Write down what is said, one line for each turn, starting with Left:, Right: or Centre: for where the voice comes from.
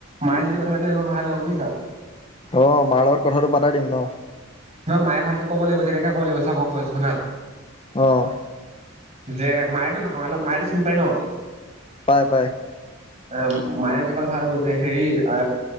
Right: মায়ে যদি কথা পাতিলে তোমাৰ ভাল হ'ব বুজিছা।
Left: অ' মাৰ লগৰ কথাটো পাতাই দিম ন।
Right: নহ মায়ে ভালকে ক'ব লাগিব যেনেকে ক'ব লাগিব চাব ম কৈছো শুনা।
Left: অ'।
Right: যে মায়টো ভাঙাল মায়েটো চিনি পায় ন।
Left: পায় পায়
Right: আহ মায়ে কাকলে ভাল ব যে হেৰি আ